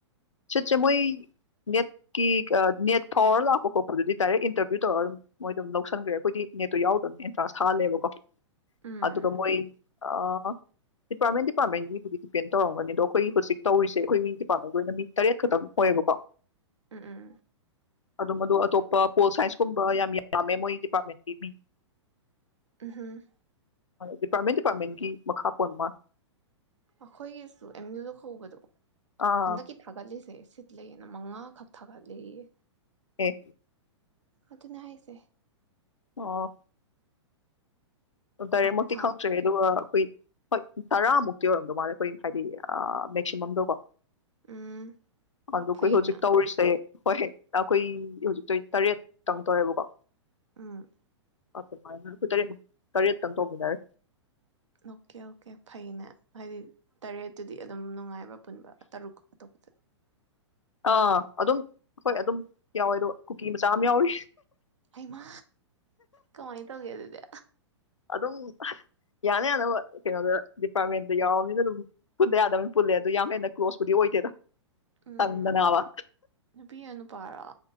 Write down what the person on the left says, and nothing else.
ꯁꯤꯠꯁꯦ ꯃꯣꯏ ꯅꯦꯠꯀꯤ ꯅꯦꯠ ꯐꯥꯎꯔ ꯂꯥꯛꯄ ꯈꯣꯠꯄꯗꯨꯗꯤ ꯗꯥꯏꯔꯦꯛ ꯏꯟꯇꯔꯚꯤꯌꯨ ꯇꯧꯔꯒ ꯑꯗꯨꯝ ꯃꯣꯏ ꯑꯗꯨꯝ ꯂꯧꯁꯟꯒ꯭ꯔꯦ ꯑꯩꯈꯣꯏꯗꯤ ꯅꯦꯠꯇꯣ ꯌꯥꯎꯗꯕꯅꯤꯅ ꯑꯦꯟꯇ꯭ꯔꯥꯟꯁ ꯊꯥꯍꯜꯂꯦꯕꯀꯣ
ꯑꯗꯨꯒ ꯃꯣꯏ ꯑꯥ ꯗꯤꯄꯥꯔꯠꯃꯦꯟ ꯗꯤꯄꯥꯔꯠꯃꯦꯟꯒꯤꯕꯨꯗꯤ ꯗꯤꯄꯦꯟ ꯇꯧꯔꯝꯒꯅꯤ ꯗꯣ ꯑꯩꯈꯣꯏ ꯍꯧꯖꯤꯛ ꯇꯧꯔꯤꯁꯦ ꯑꯩꯈꯣꯏ ꯗꯤꯄꯥꯔꯠꯃꯦꯟꯒꯤ ꯑꯣꯏꯅ ꯃꯤ ꯇꯔꯦꯠ ꯈꯛꯇꯪ ꯑꯣꯏꯌꯦꯕꯀꯣ
ꯑꯗꯨꯝ ꯑꯗꯣ ꯑꯇꯣꯞꯄ ꯄꯣꯜ ꯁꯥꯏꯟꯁꯀꯨꯝꯕ ꯌꯥꯝ ꯌꯥꯝꯃꯦ ꯃꯣꯏ ꯗꯤꯄꯥꯔꯠꯃꯦꯟꯒꯤ ꯃꯤ
ꯗꯤꯄꯥꯔꯠꯃꯦꯟ ꯗꯤꯄꯥꯔꯠꯃꯦꯟꯒꯤ ꯃꯈꯥ ꯄꯣꯟꯕ ꯃꯥꯜ
ꯑꯥ
ꯑꯦ
ꯑꯣ ꯗꯥꯏꯔꯦꯛꯃꯛꯇꯤ
ꯈꯪꯗ꯭ꯔꯦ
ꯑꯗꯨꯒ ꯑꯩꯈꯣꯏ ꯍꯣꯏ ꯇꯔꯥꯃꯨꯛꯇꯤ ꯑꯣꯏꯔꯝꯗꯣ ꯃꯥꯜꯂꯦ ꯑꯩꯈꯣꯏ ꯍꯥꯏꯗꯤ ꯑꯥ ꯃꯦꯛꯁꯤꯃꯝꯗꯣꯀꯣ
ꯑꯗꯨ
ꯑꯈꯣꯏ ꯍꯧꯖꯤꯛ ꯇꯧꯔꯤꯁꯦ ꯍꯣꯏ ꯑꯩꯈꯣꯏ ꯍꯧꯖꯤꯛ ꯇꯧꯔꯤꯁꯤ ꯇꯔꯦꯠ ꯇꯪ ꯇꯧꯋꯦꯕꯀꯣ
ꯑꯗꯨꯃꯥꯏꯅ ꯑꯈꯣꯏ ꯇꯔꯦꯠꯃꯨꯛ ꯇꯔꯦꯠꯇꯪ ꯇꯧꯃꯤꯟꯅꯔꯤ
ꯑꯥ ꯑꯗꯨꯝ ꯍꯣꯏ ꯑꯗꯨꯝ ꯌꯥꯎꯋꯦ ꯑꯗꯣ ꯀꯨꯀꯤ ꯃꯆꯥ ꯑꯃ ꯌꯥꯎꯋꯦ
ꯑꯗꯨꯝ ꯌꯥꯅ ꯌꯥꯅꯕ ꯀꯩꯅꯣꯗ ꯗꯤꯄꯥꯔꯠꯃꯦꯟꯗ ꯌꯥꯎꯔꯕꯅꯤꯅ ꯑꯗꯨꯝ ꯈꯨꯠꯇ ꯌꯥꯗꯕꯅꯤ ꯄꯨꯜꯂꯦ ꯑꯗꯨ ꯌꯥꯝ ꯍꯦꯟꯅ ꯀ꯭ꯂꯣꯁꯄꯨꯗꯤ ꯑꯣꯏꯗꯦꯗ
ꯇꯟꯗꯅꯕ